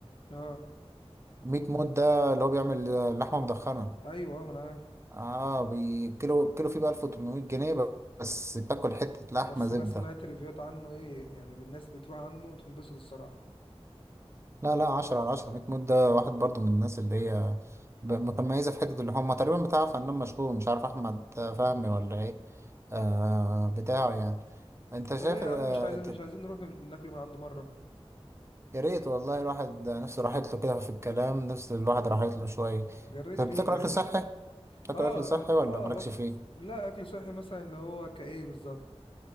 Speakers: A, on the left; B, on the right.
A: اه
B: ميت موت ده اللي هو بيعمل آه، لحمة مدخنة
A: أيوه آه، ما أنا عارف
B: اه بي- كيلو كيلو فيه بقى 1800 جنيه بس تاكل حتة
A: بس
B: لحمة زبدة
A: أنا سمعت ريفيوهات عنه إيه يعني الناس بتروح عنه وتنبسط الصراحة
B: لا لا عشرة على عشرة 100 مود ده واحد برضو من الناس اللي هي ب- متميزة في حتة اللي هم تقريبا بتاع فنان مشهور مش عارف أحمد فهمي ولا إيه آه بتاعه يعني أنت
A: طب
B: شايف
A: إيه يا
B: آه
A: عم مش عايزين
B: أنت-
A: مش عايزين نروح ناكل من عنده مرة
B: يا ريت والله الواحد نفسه راحت له كده في الكلام نفس الواحد راحت له شوية
A: جريت
B: طب
A: ريق
B: بتاكل
A: يا
B: أكل
A: جدع
B: صحي؟ بتاكل
A: اه
B: أكل صحي
A: اه
B: ولا
A: آه،
B: مالكش
A: باك...
B: فيه؟
A: لا أكل صحي مثلا اللي هو كإيه بالظبط